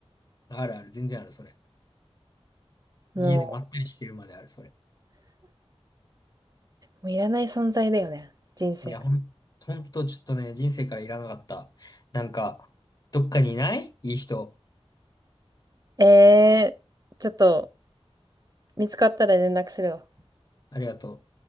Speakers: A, on the left; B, on the right.
A: あるある、全然ある、それ。
B: も
A: 家でまったりしてるまである、それ。
B: う、もういらない存在だよね。人生。
A: いや、ほん、ほんとちょっとね、人生からいらなかった。なんか、どっかにいないいい人。
B: ええー、ちょっと見つかったら連絡するわ。
A: ありがとう。